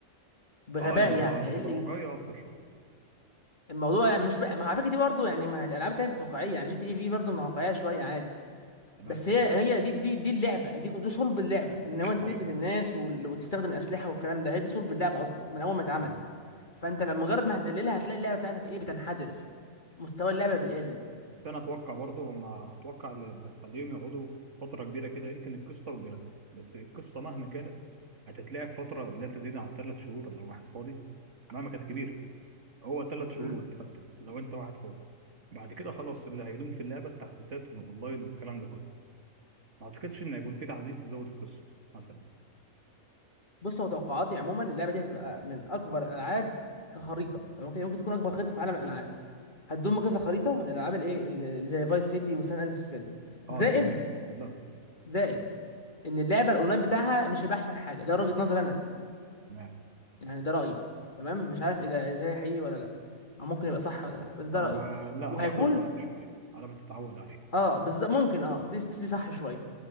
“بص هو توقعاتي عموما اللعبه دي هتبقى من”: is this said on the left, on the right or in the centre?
Left